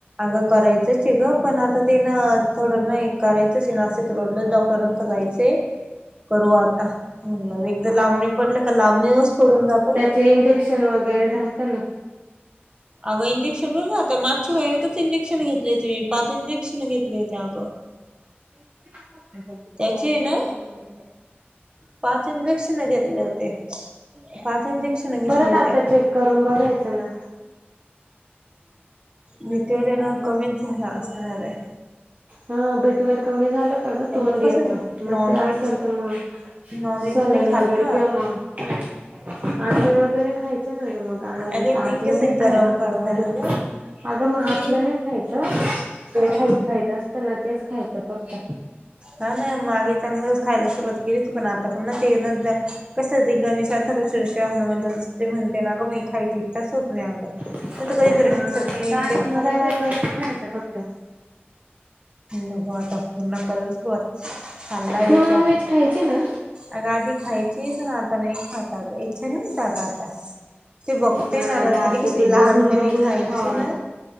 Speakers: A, on the right; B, on the right.
A: अगं करायचंच आहे ग पण आता ते ना थोडं नाही करायचंच आहे नाशिक रोडला डॉक्टरांक जायचय. करू आता म्हणलं एकदा लांबणी पडलं का लांबणीच पडून जात ग.
B: ते इंजेक्शन वगैरे राहत ना.
A: अगं इंजेक्शन बोल ना आता मागच्या महिनतच इंजेक्शन घेतली होती मी पाच इंजेक्शन घेतले होते अगं.
B: काय करत
A: त्याचे ना
B: त
A: पाच इंजेक्शन घेतले होते पाच इंजेक्शन घेतले
B: परत
A: होते
B: आता
A: अग.
B: चेक करून बघायचं ना.
A: मी तेल आहे ना कमीच झाला असणार आहे.
B: हा बी ट्वेल कमी झालं का ग तोंड
A: तर कसं
B: आता मग
A: नॉनव्हेज
B: ते असेल तर म
A: नॉनव्हेज
B: सलन
A: नाही खात
B: वगैरे
A: ना
B: किंवा मग अंडे वगैरे खायचे ना ग मग.
A: अगे ते
B: आतलं
A: कसं
B: नाही
A: गरम
B: खायचं
A: पडतं
B: मग वाटलं
A: ना ग
B: अगं मग आतलं
A: ते
B: नाही खायचं. ते व्हाईट खायच असतना तेच खायचं फक्त.
A: हा ना मागे चांगलंच खायला सुरुवात केलीच पण आता पण ना ते न कस हो ते गणेशाचारषरष हनुमानच्या दिसते म्हणते ना गं म खायची इच्छा स् होत नाही अगं.
B: हा
A: नाही तर कधीतरी चटणी
B: ते तर आहे
A: खायचं
B: म रविवारी वगैरे खायचं फक्त.
A: नको आता पुन्हा कराल सुरुवात चालाय
B: तू
A: विचार.
B: नॉनव्हेज खायची ना.
A: अग आधी खायची पण आता नाही खाता इच्छा नाही होता अग आता. ते बघते
B: हा
A: ना
B: ग आता
A: आधी कशी
B: ते
A: लहानपणी
B: बघून बघून
A: खायची
B: खावा
A: ना.